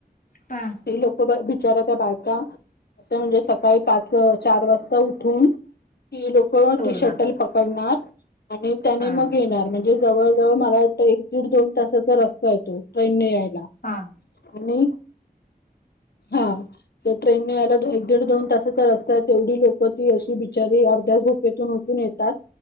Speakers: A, on the left; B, on the left.
A: हा
B: ते लोक बिचारा त्या बायका. नाही म्हनजे सकाळी पाच, चार वाजता उठून लोक
A: तोडून
B: ती शटल
A: आणतात
B: पकडणार आणि त्याने
A: हा
B: मग येणार म्हणजे, जवळ जवळ मला एक दीड दोन तासाचा रस्ता येतो ट्रेन ने यायला.
A: हां
B: आणि हा तर ट्रेननेे यायला एक दीड दोन तासाचा रस्ता आहे तेवढी लोकं ती अशी बिचारी अर्ध्या तेथुन उठून येतात.